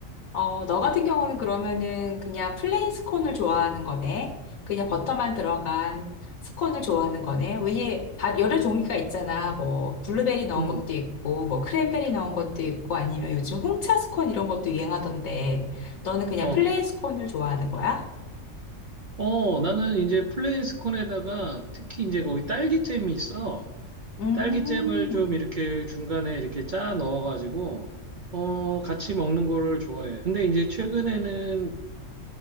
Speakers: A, on the left; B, on the right.
A: 어, 너 같은 경우는 그러면은 그냥 플레인 스콘을 좋아하는 거네. 그냥 버터만 들어간 스콘을 좋아하는 거네. 왜냐, 다 여러 종류가 있잖아. 뭐, 블루베리 넣은
B: 음.
A: 것도 있고, 뭐, 크랜베리 넣은 것도 있고, 아니면 요즘 홍차 스콘 이런 것도 유행하던데, 너는 그냥
B: 어,
A: 플레인 스콘을 좋아하는 거야?
B: 어, 나는 이제 플레인스콘에다가 특히 이제 거기 딸기잼이 있어.
A: 음,
B: 딸기잼을 좀 이렇게 중간에 이렇게 짜 넣어가지고, 어, 같이 먹는 거를 좋아해. 근데 이제 최근에는